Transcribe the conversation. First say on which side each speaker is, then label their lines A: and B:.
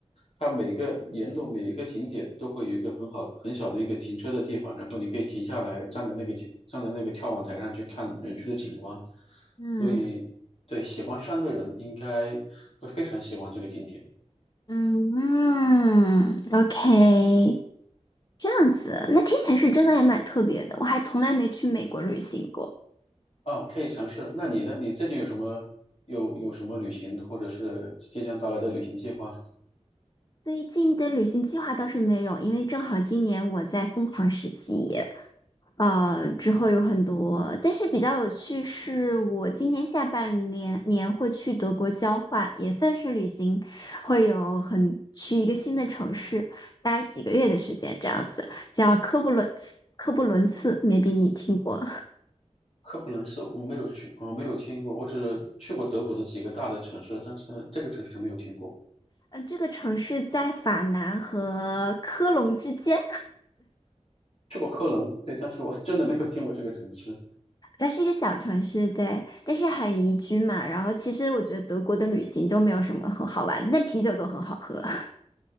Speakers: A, on the left (about 55°); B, on the left (about 35°).
A: 它每个沿路每一个景点都会有一个很好很小的一个停车的地方，然后你可以停下来，站在那个景站在那个眺望台上去看园区的景观。
B: 嗯
A: 所以，对喜欢山的人应该会非常喜欢这个景点。
B: 嗯嗯，OK，这样子，那听起来是真的还蛮特别的，我还从来没去美国旅行过。
A: 哦，可以尝试。那你呢？你最近有什么有有什么旅行，或者是即将到来的旅行计划？
B: 最近的旅行计划倒是没有，因为正好今年我在疯狂实习，呃，之后有很多。但是比较有趣是，我今年下半年年会去德国交换，也算是旅行，会有很去一个新的城市待几个月的时间，这样子叫科布伦茨。科布伦茨，maybe 你听过？
A: 科普伦斯我没有去，我没有听过，我只去过德国的几个大的城市，但是这个城市没有听过。
B: 嗯，这个城市在法南和科隆之间。
A: 去过科隆，对，但是我 <laughs> 真的没有听过这个城市。
B: 它是一个小城市，对，但是很宜居嘛。然后其实我觉得德国的旅行都没有什么很好玩，但啤酒都很好喝，<laughs>